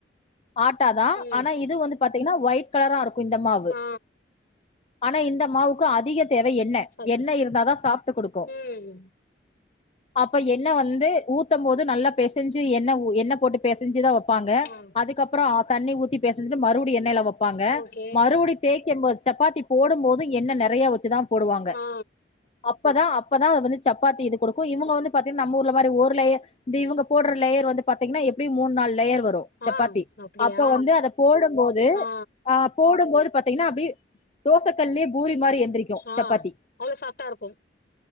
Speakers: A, on the left; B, on the left.
A: ஆட்டா தா
B: ம்
A: ஆனா இது வந்து பாத்தீங்கன்னா ஒயிட் கலரா இருக்கு இந்த மாவு
B: ஆ
A: ஆனா இந்த மாவுக்கு அதிக தேவை எண்ண
B: பசி
A: எண்ணெ இருந்தாதா சாஃப்டு கொடுக்கு
B: ம்
A: அப்ப எண்ணெ வந்து ஊத்த போது நல்லா பெசைஞ்சு எண்ண உ எண்ணெ போட்டு பெசஞ்சுதா வெப்பாங்க
B: ஆ
A: அதுக்கப்புறம் தண்ணி ஊத்தி பெசஞ்சட்டு மறுபடியு எண்ணெய்ல வெப்பாங்க
B: ஓகே
A: மறு தேய்க்க போது சப்பாத்தி போடும் போதும் எண்ண நெறைய வச்சுதா போடுவாங்க
B: ஆ
A: அப்பதா அப்பதா அதை வந்து சப்பாத்தி இது கொடுக்கு இவங்க வந்து பாத்தீங்கன்னா நம்ம ஊர்ல மாரி ஒரு லேயர் இந்த இவங்க போடுற லேயர் வந்து பாத்தீங்கன்னா எப்டி மூணு நாலு லேயர் வரு சப்பாத்தி
B: ஆ அப்டியா
A: அப்ப வந்து அத போடும்போது
B: ஆ
A: அ போடும்போது பாத்தீங்கன்னா அப்டியே தோசைக்கல்லே பூரி மாரி எழுந்திரிக்கு
B: ஆ
A: சப்பாத்தி
B: அவ்ளோ சாஃப்டா இருக்கு